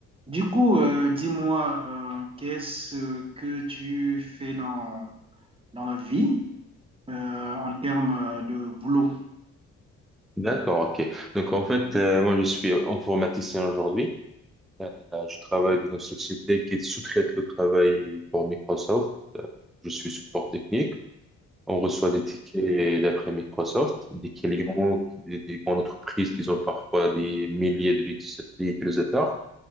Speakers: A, on the right; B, in the centre.
A: Du coup, euh, dis-moi, euh, qu'est-ce que tu fais dans, dans la vie euh, en termes euh, de boulot?
B: D'accord, ok. Donc en fait, euh, moi je suis informaticien aujourd'hui. Euh, je travaille dans une société qui sous-traite le travail pour Microsoft. Je suis support technique. On reçoit des tickets d'après Microsoft, des clients, des, des grandes entreprises qui ont parfois des milliers d'utilis- d'utilisateurs.